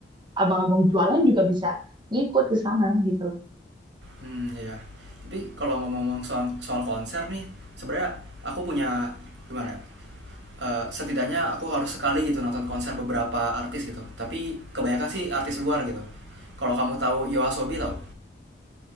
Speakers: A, on the right (about 25°); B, on the right (about 80°).
A: abang-abang jualan juga bisa ngikut ke sana gitu loh
B: Hmm, ya, Tapi kalau ngomong-ngomong soal soal konser nih, sebenarnya aku punya gimana ya? Eh, setidaknya aku harus sekali gitu nonton konser beberapa artis gitu. Tapi kebanyakan sih artis luar gitu. Kalau kamu tahu Yoasobi tahu?